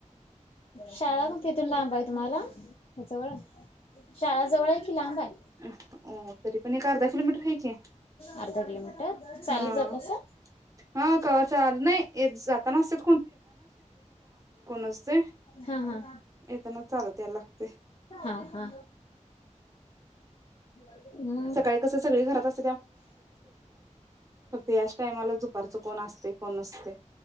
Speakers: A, on the left (about 45°); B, on the right (about 25°).
A: शाळा मग तिथून लांब आहे तुम्हाला का जवळाय शाळा जवळ आहे की लांब आहे?
B: हो तरी पण एक अर्धा किलोमीटर आहे कि
A: अर्धा किलोमीटर चालत
B: ह
A: जातासा?
B: हा कवा चाल नाही जाताना असत नसतय
A: हा हा.
B: येताना चालत यायला लागतय
A: हा हा. मग
B: सकाळी कस सगळी इ घरात अस फक्त याच टायमाला दुपारचं कोण असते कोण नसते.